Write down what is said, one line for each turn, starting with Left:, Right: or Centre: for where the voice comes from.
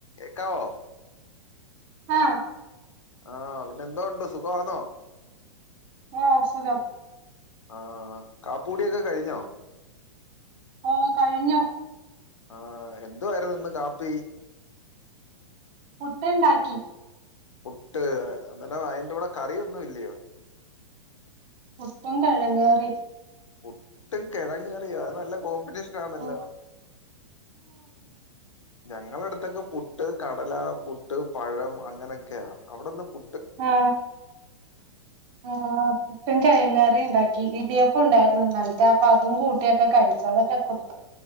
Left: എക്കവോ
Right: ആഹ്
Left: ആഹ് പിന്നെ എന്തോ ഉണ്ട് സുഖമാന്നോ
Right: ഓ സുഖം
Left: ആഹ് കാപ്പൂടിയൊക്കെ കഴിഞ്ഞോ
Right: ഓ കഴിഞ്ഞു
Left: ആഹ് എന്തുവായിരുന്നു ഇന്ന് കാപ്പി
Right: മുട്ടയുണ്ടാക്കി
Left: പുട്ട് എന്നില്ല അയിന്റെ കൂടെ കറിയൊന്നും ഇല്ലയോ
Right: കുട്ടും കെഴങ്ങ് കറി
Left: ഒട്ടും കിഴങ്ങറിയോ നല്ല കോമ്പിനേഷൻ കെന്നല്ലോ
Right: ആ,
Left: ഞങ്ങള അടുത്തൊക്കെ പുട്ട് കടല പുട്ട് പഴം അങ്ങനെയൊക്കെയ അവിടെന്ന് പു
Right: ആ ആ ആ പട്ടും കിഴങ്ങ് കറിയും ഉണ്ടാക്കി ഇടി ഉണ്ടായിരുന്നു എന്നിട്ട് അപ്പൊ അതും കൂട്ടിയൊക്കെ കഴിച്ച അതൊക്കെ കൊ